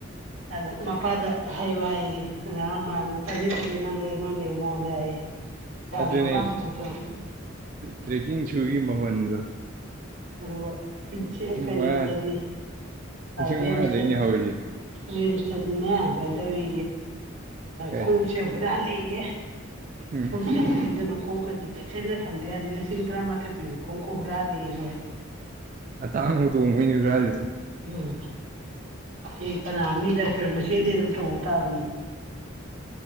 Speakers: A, on the right (about 80°); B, on the right (about 40°).
A: ꯑꯗ ꯃꯄꯥꯗ ꯍꯥꯏꯌꯨ ꯍꯥꯏꯌꯦ ꯑ ꯃꯥ ꯇꯂꯤ ꯇꯂꯤ ꯅꯪ ꯂꯩ ꯅꯪ ꯂꯩ ꯃꯉꯣꯟꯗ ꯍꯥꯏꯌꯦ ꯏꯁꯥꯁꯨ
B: ꯑꯗꯨꯅꯦ
A: ꯃꯄꯥꯝ ꯄꯨꯊꯣꯛꯇꯕ
B: ꯇ꯭ꯔꯦꯛꯀꯤꯡ ꯁꯨꯒꯤ ꯃꯃꯟꯗꯣ
A: ꯑ ꯀꯩꯅꯗꯗꯤ
B: ꯃꯉꯥ ꯂꯤꯁꯤꯡ
A: ꯔꯤꯝꯁ
B: ꯃꯉꯥꯗꯩꯅꯦ ꯍꯧꯔꯤꯁꯦ
A: ꯔꯤꯝꯁ ꯑꯗꯨꯅꯦ ꯀꯩꯅ ꯇꯧꯏ
B: ꯀꯩ
A: ꯈꯣꯡꯁꯦ ꯄꯨꯔꯥ ꯂꯩꯌꯦ
B: ꯎꯝ
A: ꯍꯁꯤꯗꯅ ꯈꯣꯡ ꯀꯖ ꯆꯦꯛꯁꯤꯟꯅ ꯊꯝꯗꯦ ꯍꯥꯏꯗꯤ ꯂꯤꯁꯤꯡ ꯇꯔꯥꯃꯥꯊꯣꯏ ꯄꯤꯌꯨ ꯀꯣꯡꯀꯨ ꯍꯨꯔꯥꯟꯗꯤ ꯃꯣꯏ
B: ꯑꯇꯥꯡꯨ ꯇꯣꯡꯕꯩꯅꯤ ꯈꯔꯥꯜꯂꯤꯗꯣ
A: ꯎꯝ ꯑꯦ ꯀꯅꯥ ꯃꯤ ꯇꯔ ꯃꯁꯦꯟꯗꯤ ꯑꯗꯨꯝ ꯇꯣꯡꯉ ꯇꯥꯕꯅꯤ